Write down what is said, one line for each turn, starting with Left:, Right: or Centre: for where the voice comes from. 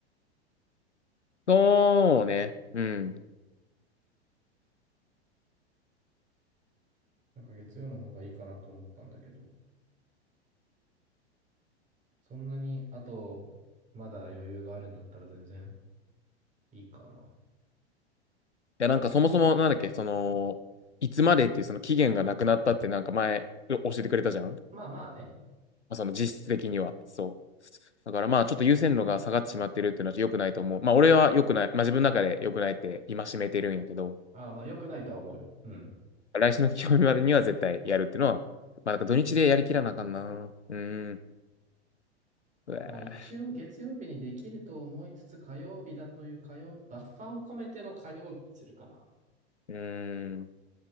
Left: そうね。うん。い
Right: なんか月曜の方がいいかなと思ったんだけど。そんなに、あと、まだ余裕があるんだったら全然いいかな。
Left: や、なんかそもそもなんだっけ、その、いつまでっていうその期限がなくなったってなんか前教えてくれたじゃん。
Right: まあまあね。
Left: その実質的には。そう。だからまあちょっと優先度が下がってしまってるっていうのは良くないと思う。まあ俺は良くない、まあ自分の中で良くないって戒めてるんやけど、
Right: ああまあ良くないとは思うよ。うん。
Left: 来週の金曜日までには絶対やるっていうのは、まあなんか土日でやりきらなあかんな。うーん。うわ
Right: まあ一応月曜日にできると思いつつ火曜日だという火曜、バッファーを込めての火曜日にするかな。
Left: ーうーん。